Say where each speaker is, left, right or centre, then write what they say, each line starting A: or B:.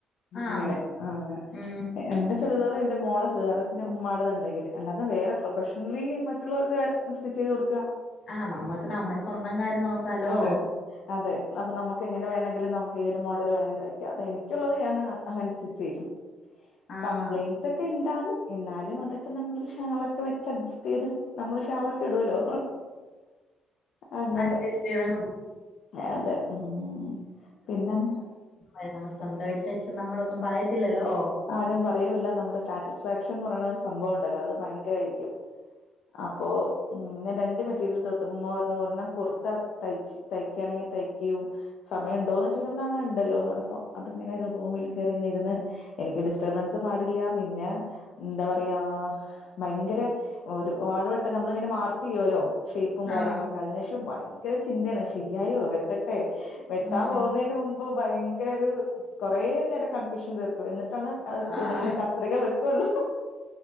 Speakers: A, on the left (about 60°); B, on the left (about 75°).
A: ആഹ്
B: അങ്ങനെ ആ അങ്ങനെ.
A: ഉം
B: എന്റെ ചുരിദാർ എന്റെ മോള ചുരിദാർ പിന്ന ഉമ്മാടാത്ണ്ടെങ്കിൽ അല്ലാതെ വേറെ പ്രൊഫഷണലി മറ്റുള്ളവർക്ക്. സ്റ്റിച് ചെയ്ത് കൊടു.
A: ആ നമ്മൾക്ക് നമ്മുടെ സ്വന്തം കാര്യം നോക്കാലോ.
B: അതെ അതെ നമുക്ക് എങ്ങനെ വേണമെങ്കിലും നമുക്ക് ഏത് മോഡൽ വേണെങ്കിലും തൈക്കാം എനിക്കുള്ളത് ഞാന് അങ്ങനെ സ്റ്റിച് ചെയ്യും
A: ആഹ്
B: കംപ്ലൈൻസ്. ഉണ്ടും എന്നലും അതക്കെ നമ്മാളൊരൂ ഷാൾ ക്കെ വെച്ച് അടച്ചസ്റ്റ് ചൈത്. ഷാൾ ഒക്കെ ഇടുലോ അങ്ങനെ.
A: അഡ്ജസ്റ്റ് ചെയ്തങ്ങ്
B: അതെ ഉം പിന്നെന്താ.
A: അ നമ്മൾ സ്വന്തംയ്ട്ട് തെയ്ച്ച നമ്മളൊന്നും പറയത്തില്ലല്ലോ.
B: ആരും പറയൂല്ല നമ്മുടെ സാറ്റിസ്ഫാക്ഷൻ എന്ന് പറയുന്ന ഒരു സംഭവംണ്ടല്ലോ അത് ഭയങ്കര ആയിരിക്കും. അപ്പൊ ഉം ഞാൻ രണ്ട് മെറ്റീരിയൽ തൊട്ത്തപ്പോ ഉമ്മ പറഞ്ഞു ഒരെണ്ണം കുർത്ത തയ്ച്ചു. തയ്ക്കയാണെങ്കിൽ തയ്ക്ക്. സമയംണ്ടോന്ന് ചോയ്ച്ചപ്പോ ആ ഉണ്ടല്ലോ എ പറഞ്ഞപ്പപ്പോ അത്ങ്ങനെ ഒരു റുമിൽ കയറി ഇങ്ങനെ ഇര്ന്ന്. എനിക്ക് ഡിസ്റ്റർബൻസ് പാടില്ല പിന്നെ എന്താ പറയാ. ഭയങ്കര ഒരുപാട് വെട്ടം നമ്മൾങ്ങനെ മാർകോയൊലോ. ഷേ്യ്പ്പും കാര്യങ്ങളൊക്കെ
A: ആഹ്
B: അതിനുശേഷം ഭയങ്കര ചിന്തയാണ് ശരിയായോ വെട്ടട്ടെ. വെട്ടാൻ
A: ഉം
B: പോകുന്നതിന് മുമ്പ് ഭയങ്കര ഒരു കുറേ നേരം കൺഫ്യൂഷൻ തീർക്കും എന്നിട്ടാണ്. അത് തുണിയില
A: ആഹ്
B: കത്രിക വെക്കുള്ളു